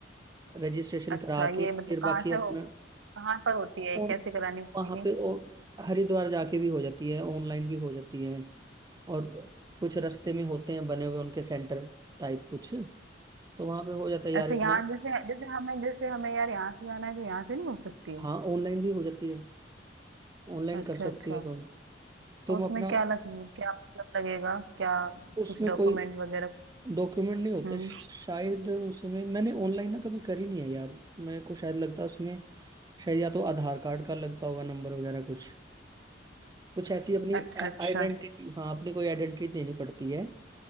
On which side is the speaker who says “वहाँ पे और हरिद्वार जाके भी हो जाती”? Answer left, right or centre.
Right